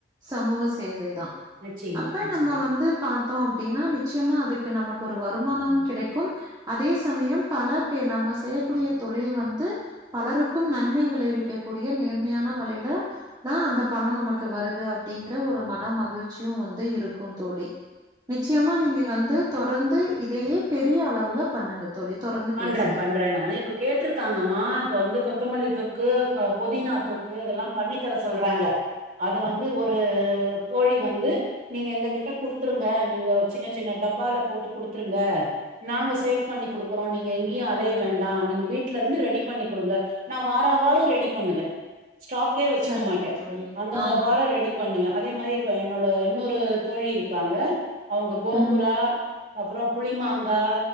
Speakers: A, on the right (about 25°); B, on the right (about 50°).
A: சமூக சேவை தா
B: நிச்சயமா,
A: அப்ப
B: நிச்சயமா.
A: நம்ம வந்து பாத்தோ அப்டின்னா நிச்சியமா அதுக்கு நமக்கு ஒரு வருமானம் கிடைக்கும் அதே சமயம் பல பேர் நம்ம செய்யக்கூடிய தொழில் வந்து பலருக்கும் நன்மை விளைவிக்கக் கூடிய நேர்மையான வழைல தா அந்த பணோ நமக்கு வருது அப்டிங்கற ஒரு மன மகிழ்ச்சியு வந் த் இருக்கு தோழி நிச்சயமா நீங்க வந்து தொரந்து இதையே பெரிய அளவுல பண்ணுங்க தோழி தொடர்ந்து
B: பண்றே
A: பேசுங்க.
B: பண்றே நானு இப்ப கேட்ருக்காங்கம்மா இப்ப வந்து கொத்தமல்லி தொக்கு ப பொதினா தொக்கு இதெல்லா பண்ணி தர சொல்றாங்க அத வந்து ஒரு தோழி வந்து நீங்க எங்ககிட்ட குடுத்துருங்க நீங்க சின்ன சின்ன டப்பால போட்டு குடுத்துருங்க நாங்க சேல் பண்ணி குடுக் க்றோ நீங்க எங்கியு அலைய வேண்டா நீங்க வீட்ல இருந்து ரெடி பண்ணி குடுங்க நா வாரா வாரோ ரெடி பண்ணுவே ஸ்டாக்கே வச்சிக்கமாட்டே
A: சரிங்க தோழி
B: அந்தந்த
A: ஆ
B: வாரோ ரெடி பண்ணுவே அதே மாரி இப்ப என்னோட இன்னொரு தோழி இருக்காங்க அவங்க கோங்குரா
A: ம்
B: அப்புறோ புளிமாங்கா